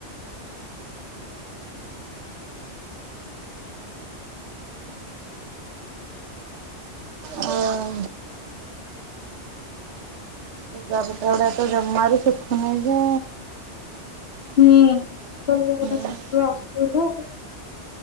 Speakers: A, on the right; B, on the left.
A: ଆଉ ଲୁଗାପଟା ଗୁଡା ତ ଜମାରୁ ଶୁଖୁନି ଯେ
B: ହୁଁ ଏବେ ଲୁଗାପଟା
A: ବା
B: ସୁଖୀବା ଅସୁବିଧା ଆଉ।